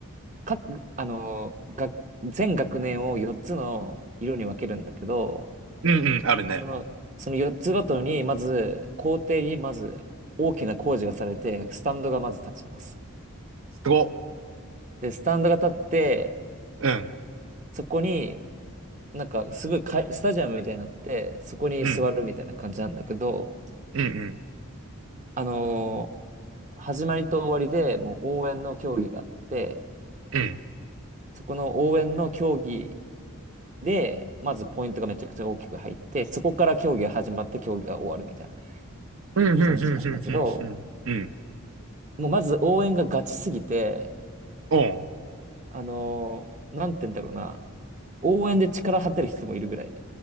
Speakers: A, on the right (about 35°); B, on the right (about 65°).
A: 各、あのーが、全学年を4つの色に分けるんだけど、
B: うんうん、あるね。
A: その、その4つごとに、まず、校庭にまず大きな工事がされて、スタンドがまず立ちます。
B: すご。
A: で、スタンドが立って、
B: うん。
A: そこになんかすごいかいスタジアムみたいになって、そこに座るみたいな感じなんだけど、
B: うん。うん。うん。
A: あのー始まりと終わりでもう応援の競技があって、
B: うん。
A: そこの応援の競技で、まずポイントがめちゃくちゃ大きく入って、そこから競技が始まって競技が終わるみたいな
B: うん。
A: 感じなんだけど、
B: うん。うん。うん。うん。うん。うん
A: もうまず応援がガチすぎて、
B: おん
A: あのーなんて言うんだろうな、応援で力張ってる人もいるぐらい。